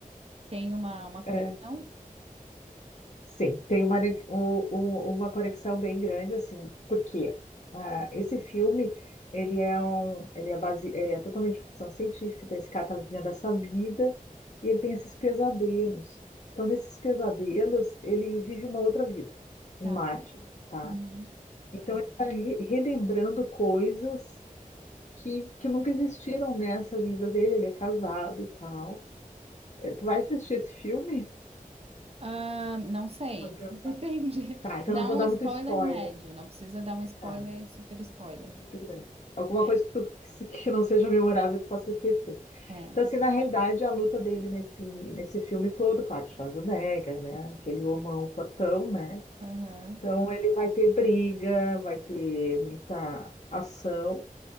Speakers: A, on the right (about 45°); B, on the left (about 55°).
A: Tem uma, uma conexão?
B: É, sim, tem uma, ne- um- um- uma conexão bem grande, assim, porque ah, esse filme, ele é um, ele é base, ele é totalmente ficção científica, então esse cara tá vivendo essa vida e ele tem esses pesadelos. Então, nesses pesadelos, ele vive uma outra vida
A: Tá.
B: em Marte, tá?
A: Uhum.
B: Então, ele tá re- relembrando coisas que, que nunca existiram nessa vida dele, ele é casado e tal. Eh, Tu vai assistir esse filme?
A: Ah, não sei,
B: Vou pensar.
A: depende. <laughs>
B: Tá, então
A: Dá
B: não vou
A: um
B: dar
A: spoiler
B: muito spoiler.
A: médio, não precisa dar um spoiler,
B: Tá,
A: super spoiler.
B: muito grande. Alguma
A: É.
B: coisa que, tu- que, se- que não seja memorável tu possa esquecer.
A: é.
B: Então, assim, na realidade, a luta dele nesse, nesse filme todo, claro, Schwarzenegger, né? Aquele homão fortão, né?
A: Aham.
B: Então, ele vai ter briga, vai ter muita ação,